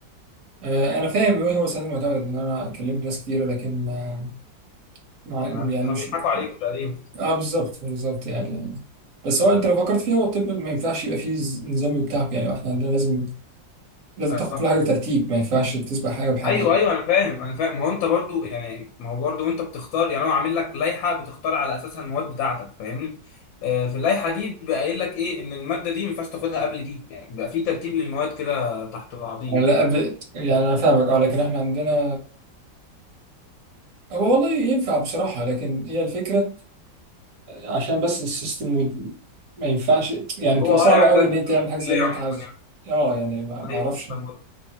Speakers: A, on the right (about 55°); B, on the left (about 85°).
A: آه، انا فاهم ايه هو السند المعتمد لان انا كلمت ناس كتير لكن آه، مع
B: يعني
A: يعني
B: انتوا بتح-
A: مش
B: بيضحكوا عليكم تقريبا
A: اه بالظبط بالظبط يعني بس هو انت لو فكرت فيها هو الطب ما ينفعش يبقى فيه ز- نظام بتاعك يعني واحنا عندنا لازم لازم
B: اه
A: تاخد كل حاجه بترتيب ما ينفعش تسبق حاجه بحاجه
B: ايوه
A: يعني
B: ايوه انا فاهم انا فاهم ما هو انت برضو يعني ما هو برضو انت بتختار يعني هو عامل لك لائحه بتختار على اساسها المواد بتاعتك فاهمني آه في اللائحه دي بيبقى قايل لك ايه ان الماده دي ما ينفعش تاخدها قبل دي يعني بيبقى في ترتيب للمواد كده تحت بعضيه
A: أنا لا أب... يعني انا فاهمك اه لكن احنا عندنا هو والله ينفع بصراحة لكن هي الفكرة عشان بس السيستم وال... ما ينفعش يعني بتبقى
B: هو
A: صعبة
B: اه يعني
A: قوي
B: ده تحت
A: إن أنت تعمل
B: من الكليه
A: حاجة زي اللي
B: عموما
A: أنت عاوزها
B: يعني
A: اه يعني ما ما
B: ايوه
A: أعرفش
B: فاهم قصدك.